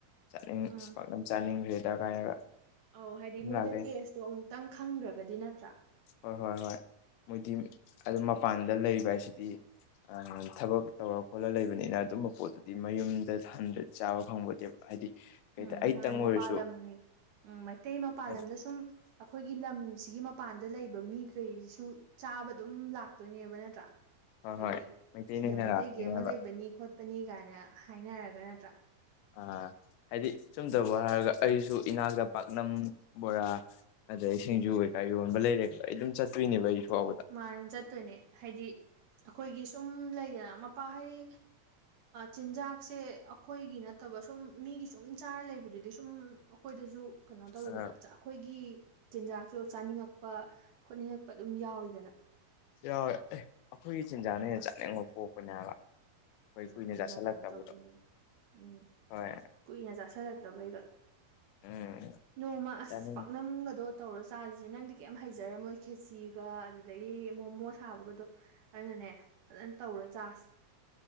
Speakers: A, on the left; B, on the right.
A: ꯆꯥꯅꯤꯡ
B: ꯎꯝ
A: ꯑꯁ ꯄꯥꯛꯅꯝ ꯆꯥꯅꯤꯡꯈ꯭ꯔꯦꯗ ꯀꯥꯏꯅꯒ
B: ꯑꯧ ꯍꯥꯏꯗꯤ
A: ꯑꯗꯨꯝ
B: ꯃꯣꯏꯗ
A: ꯂꯥꯛꯇꯣꯏꯅꯤ
B: ꯇꯦꯁꯇꯣ ꯑꯃꯨꯛꯇꯪ ꯈꯪꯈ꯭ꯔꯒꯗꯤ ꯅꯠꯇ꯭ꯔꯥ
A: ꯍꯣꯏ ꯍꯣꯏ ꯍꯣꯏ ꯃꯣꯏꯗꯤ ꯑꯗꯨꯝ ꯃꯄꯥꯟꯗ ꯂꯩꯕ ꯍꯥꯏꯁꯤꯗꯤ ꯊꯕꯛ ꯇꯧꯔ ꯈꯣꯠꯂ ꯂꯩꯕꯅꯤꯅ ꯑꯗꯨꯝꯕ ꯄꯣꯠꯇꯨ ꯗꯤ ꯃꯌꯨꯝꯗ ꯍꯟꯗ꯭ꯔꯗꯤ ꯆꯥꯕ ꯐꯪꯕꯇꯦꯕ ꯍꯥꯏꯗꯤ ꯀꯩꯇ
B: ꯎꯝ
A: ꯑꯩꯇꯪ
B: ꯃꯥꯅꯦ
A: ꯑꯣꯏꯔꯁꯨ
B: ꯃꯄꯥꯜ ꯂꯝ ꯎꯝ ꯃꯩꯇꯩ ꯃꯄꯥꯜ
A: ꯍꯣꯏ
B: ꯂꯝꯗ ꯁꯨꯝ ꯑꯩꯈꯣꯏꯒꯤ ꯂꯝꯁꯤꯒꯤ ꯃꯄꯥꯟꯗ ꯂꯩꯕ ꯃꯤꯈꯩꯁꯨ ꯆꯥꯕ ꯑꯗꯨꯝ ꯂꯥꯛꯇꯣꯏꯅꯦꯕ ꯅꯠꯇ꯭ꯔꯥ ꯍꯥꯏꯗꯤ
A: ꯍꯣꯏ ꯃꯩꯇꯩꯅ
B: ꯁꯤꯗ
A: ꯍꯦꯟꯅ
B: ꯃꯩꯇꯩꯒꯤ
A: ꯂꯥꯛꯇꯣꯏꯅꯦ
B: ꯑꯃ
A: ꯍꯥꯏꯕ
B: ꯂꯩꯕꯅꯤ ꯈꯣꯠꯄꯅꯤ ꯀꯥꯏꯅ ꯍꯥꯏꯅꯔꯒ ꯅꯠꯇ꯭ꯔꯥ
A: ꯑ ꯍꯥꯏꯗꯤ ꯁꯨꯝꯗꯕ ꯍꯥꯏꯔꯒ ꯑꯩꯁꯨ ꯏꯅꯥꯛꯛꯇ ꯄꯥꯛꯅꯝ ꯕꯣꯔꯥ ꯑꯗꯩ ꯁꯤꯡꯖꯨ ꯀꯩꯀꯥ ꯌꯣꯟꯕ ꯂꯩꯔꯦ ꯈ ꯑꯩ ꯑꯗꯨꯝ ꯆꯠꯇꯨꯏꯅꯦꯕ ꯑꯩꯁꯨ ꯐꯥꯎꯕ
B: ꯃꯥꯅꯦ ꯆꯠꯇꯣꯏꯅꯦ ꯍꯥꯏꯗꯤ ꯑꯩꯈꯣꯏꯒꯤ ꯁꯨꯝ ꯂꯩꯗꯅ ꯃꯄꯥ ꯍꯥꯏꯗꯤ ꯆꯤꯟꯖꯥꯛ ꯁꯦ ꯑꯩꯈꯣꯏꯒꯤ ꯅꯠꯇꯕ ꯁꯨꯝ ꯃꯤꯒꯤ ꯁꯨꯝ ꯆꯥꯔ ꯂꯩꯕꯗꯨꯗꯤ ꯁꯨꯝ ꯑꯩꯈꯣꯏꯗꯁꯨ ꯀꯩꯅꯣ ꯇꯧꯋꯤꯗꯅ
A: ꯑ
B: ꯑꯩꯈꯣꯏꯒꯤ ꯆꯤꯟꯖꯥꯛꯁꯨ ꯆꯥꯅꯤꯡꯉꯛꯄ ꯈꯣꯠꯅꯤꯡꯉꯛꯄ ꯑꯗꯨꯝ ꯌꯥꯎꯋꯤ
A: ꯌꯥꯎꯋꯦ ꯑꯦ ꯑꯩꯈꯣꯏꯒꯤ ꯆꯤꯟꯖꯥꯛꯅ
B: ꯎꯝ
A: ꯍꯦꯟ ꯆꯥꯅꯤꯡꯕ ꯄꯣꯛꯄꯅꯦ ꯍꯥꯏꯕ ꯍꯣꯏ
B: ꯎꯝ
A: ꯀꯨꯏꯅ
B: ꯑꯗꯨꯅ
A: ꯆꯥꯁꯤꯜꯂꯛꯇꯕꯗꯣ
B: ꯀꯩꯅꯣ ꯇꯧꯗꯣꯏꯅꯦ ꯎꯝ
A: ꯍꯣꯏ
B: ꯀꯨꯏꯅ ꯆꯥꯥꯁꯜꯂꯛꯇꯕꯩꯒ
A: ꯎꯝ
B: ꯅꯣꯡꯃ ꯑꯁ
A: ꯆꯥꯅꯤꯡꯉꯤ
B: ꯄꯥꯛꯅꯝꯒꯗꯣ ꯇꯧꯔ ꯆꯥꯁꯦ ꯅꯪꯗꯤ ꯀꯩꯝ ꯍꯩꯖꯔꯝꯃꯣꯏ ꯈꯦꯆꯒ ꯑꯗꯨꯗꯒꯤ ꯃꯣꯃꯣ ꯁꯥꯕꯒꯗꯣ ꯑꯗꯨꯅꯅꯦ ꯐꯖꯅ ꯇꯧꯔ ꯆꯥꯁꯦ